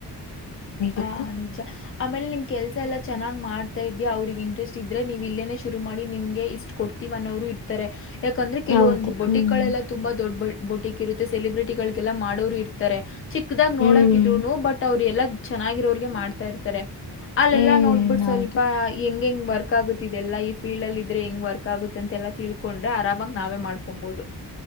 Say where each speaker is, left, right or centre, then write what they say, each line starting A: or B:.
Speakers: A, on the left; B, on the left.
A: ಹ
B: ಗೊತ್ತಾ
A: ನಿಜ ಆಮೇಲೆ ನಿಮ್ ಕೆಲ್ಸ ಎಲ್ಲಾ ಚೆನ್ನ ಮಾಡ್ತಾ ಇದಿ ಅವ್ರಗ್ ಇಂಟ್ರೆಸ್ಟ್ ಇದ್ರೆ ನೀವು ಇಲ್ಲೇನೆ ಶುರು ಮಾಡಿ ನಿಮ್ಗೆ ಇಷ್ಟ್ ಕೊಡ್ತೀವ ಅನ್ನೋರು ಇರ್ತಾರೆ ಯಾಕಂದ್ರೆ ಕೆಲವೊಂದು
B: ಹೌದು.
A: ಬಟಿಕ್ಗಳೆಲ್ಲ
B: ಹ್ಮ್.
A: ತುಂಬಾ ದೊಡ್ಡ ಬೋಟಿಕ್ ಇರುತ್ತೆ ಸೆಲೆಬ್ರಿಟಿಗಳಿಗೆಲ್ಲ ಮಾಡೋರು ಇರ್ತಾರೆ ಚಿಕ್ಕದಾಗ್
B: ಹ್ಮ್.
A: ನೋಡಾಕಿದ್ರುನು ಬಟ್ ಅವ್ರ ಎಲ್ಲ ಚೆನ್ನಾಗಿರೋಗೆ ಮಾಡ್ತಾ ಇರ್ತಾರೆ ಅಲ್ಲೆಲ್ಲಾ
B: ಹ್ಮ್.
A: ನೋಡ್ಬಿಟ್ಟ
B: ಹೌದು.
A: ಸ್ವಲ್ಪ ಹೆಂಗಂಗ ವರ್ಕ್ ಆಗುತ್ತಿದೆ ಎಲ್ಲ ಇಫ್ ಫೀಲ್ ಅಲ್ ಇದ್ರೆ ಹೆಂಗ್ ವರ್ಕ್ ಆಗುತ್ತ ಅಂತೆ ಎಲ್ಲಾ ತಿಳ್ಕೊಂಡ್ರೆ ಆರಾಮಾಗ ನಾವೇ ಮಾಡ್ಕೊಬಹುದು